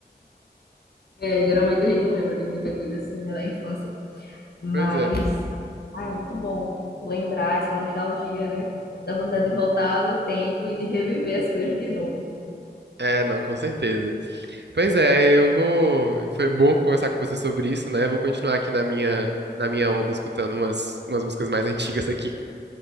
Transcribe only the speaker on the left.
É, geralmente a gente não lembra de muita coisa assim, né, da infância. Mas,
ah, é muito bom lembrar essa nostalgia, né? Dá vontade de voltar no tempo e de reviver as coisas de novo.